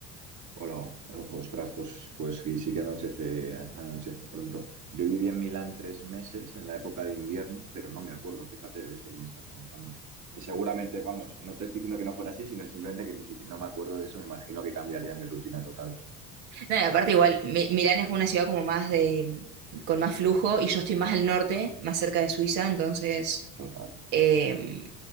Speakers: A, on the right (about 35°); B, on the right (about 60°).
A: Hola, eh, ostras, pues, pues sí, sí que anochece, anochece pronto. Yo viví en Milán tres meses en la época de invierno, pero no me acuerdo, fíjate, de eso que me estás contando. Y seguramente, vamos, no te estoy diciendo que no fuera así, sino simplemente que ni siquiera no me acuerdo de eso, me imagino que cambiaría mi rutina total también.
B: No, y aparte igual, Mi- Milán es una ciudad como más de, mm, con más flujo y yo estoy más al norte, más cerca de Suiza, entonces
A: Total.
B: eh,